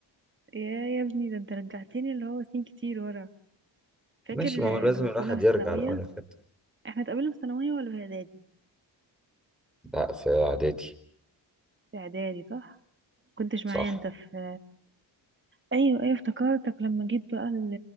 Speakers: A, on the right (about 25°); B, in the centre.
A: يا يا ابني ده انت رجعتني اللي هو سنين كتير ورا فاكر
B: ماشي ما هو لازم
A: آه، لما
B: الواحد
A: كنا في
B: يرجع
A: الثانوية
B: لورا كده
A: احنا اتقابلنا في ثانوية ولا في اعدادي
B: لا في اعدادي
A: في اعدادي صح كنتش
B: صح
A: معايا انت في ايوه ايوه افتكرتك لما جيت بقى ال-